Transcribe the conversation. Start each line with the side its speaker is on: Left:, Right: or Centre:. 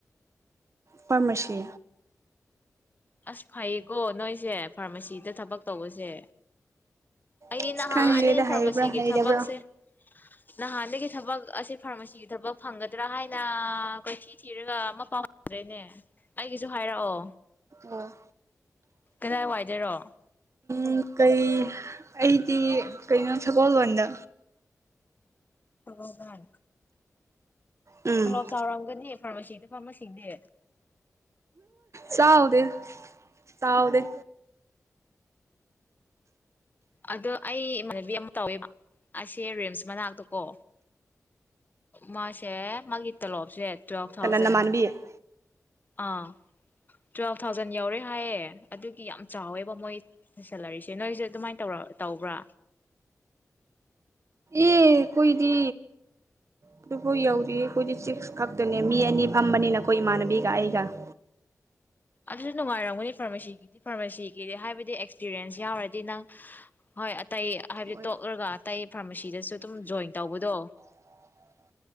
Right: ꯐꯔꯃꯁꯤ
Left: ꯑꯁ ꯐꯩꯌꯦꯀꯣ ꯅꯣꯏꯁꯦ ꯐꯥꯔꯃꯥꯁꯤꯗ ꯊꯕꯛ ꯇꯧꯕꯁꯦ ꯑꯩꯗꯤ
Right: ꯑꯁ
Left: ꯅꯍꯥꯟꯗꯒꯤ
Right: ꯈꯪꯗꯦꯗ
Left: ꯐꯥꯔꯃꯥꯁꯤꯒꯤ
Right: ꯍꯩꯕ꯭ꯔꯥ ꯍꯩꯇꯕ꯭ꯔꯥ
Left: ꯊꯕꯛꯁꯦ ꯅꯍꯥꯟꯗꯒꯤ ꯊꯕꯛ ꯑꯁꯦ ꯐꯥꯔꯃꯥꯁꯤꯒꯤ ꯊꯕꯛ ꯐꯪꯒꯗ꯭ꯔꯥ ꯍꯥꯏꯅ ꯀꯣꯏꯊꯤ ꯊꯤꯔꯒ ꯑꯃ ꯄꯥꯎ ꯐꯪꯗ꯭ꯔꯦꯅꯦ ꯑꯩꯒꯤꯁꯨ ꯍꯥꯏꯔꯛꯑꯣ
Right: ꯑꯣ
Left: ꯀꯗꯥꯏ ꯋꯥꯏꯗꯔꯣ
Right: ꯎ ꯀꯩ ꯑꯩꯗꯤ ꯀꯩꯅꯣ ꯁꯒꯣꯜꯕꯟꯗ
Left: ꯁꯒꯣꯟꯕꯟ
Right: ꯎꯝ
Left: ꯇꯣꯂꯣꯞ ꯆꯥꯎꯔꯝꯒꯅꯤ ꯐꯥꯔꯃꯥꯁꯤꯗ ꯐꯝꯕꯁꯤꯡꯗꯤ
Right: ꯆꯥꯎꯗꯦ ꯆꯥꯎꯗꯦ
Left: ꯑꯗꯣ ꯑꯩ ꯏꯃꯥꯟꯅꯕꯤ ꯑꯃ ꯇꯧꯋꯦꯕ ꯑꯁꯦ ꯔꯤꯝꯁ ꯃꯅꯥꯛꯇ ꯀꯣ ꯃꯥꯁꯦ ꯃꯥꯒꯤ ꯇꯂꯣꯞꯁꯦ ꯇꯨꯋꯦꯜꯞ ꯊꯥꯎꯖꯟ
Right: ꯀꯅꯥ ꯅꯃꯥꯟꯅꯕꯤ ꯑꯦ
Left: ꯑꯥ ꯇꯨꯋꯦꯜꯐ ꯊꯥꯎꯖꯟ ꯌꯧꯔꯦ ꯍꯥꯏꯌꯦ ꯑꯗꯨꯒꯤ ꯌꯥꯝ ꯆꯥꯎꯋꯦꯕ ꯃꯣꯏ ꯁꯦꯂꯔꯤꯁꯦ ꯅꯣꯏꯁꯦ ꯑꯗꯨꯃꯥꯏꯅ ꯇꯧꯔꯝ ꯇꯧꯕ꯭ꯔꯥ
Right: ꯑꯦ ꯑꯈꯣꯏꯗꯤ ꯑꯗꯨꯕꯨ ꯌꯧꯗꯤꯌꯦ ꯑꯩꯈꯣꯏꯗꯤ ꯁꯤꯛꯁ ꯈꯛꯇꯅꯦ ꯃꯤ ꯑꯅꯤ ꯐꯝꯕꯅꯤꯅ ꯑꯩꯈꯣꯏ ꯏꯃꯥꯟꯅꯕꯤꯒ ꯑꯩꯒ <inaudible>
Left: ꯑꯗꯨꯁꯨ ꯅꯨꯡꯉꯥꯏꯔꯝꯒꯅꯤ ꯐꯥꯔꯃꯥꯁꯤꯒꯤꯗꯤ ꯐꯥꯔꯃꯥꯁꯤꯒꯤꯗꯤ ꯍꯥꯏꯕꯗꯤ ꯑꯦꯛꯁꯄꯤꯔꯤꯌꯦꯟꯁ ꯌꯥꯎꯔꯗꯤ ꯅꯪ ꯍꯣꯏ ꯑꯇꯩ ꯍꯥꯏꯕꯗꯤ
Right: ꯍꯣꯏ
Left: ꯇꯣꯛꯂꯒ ꯑꯇꯩ ꯐꯥꯔꯃꯥꯁꯤꯗꯁꯨ ꯑꯗꯨꯝ ꯖꯣꯏꯟ ꯇꯧꯕꯗꯣ
Right: <inaudible>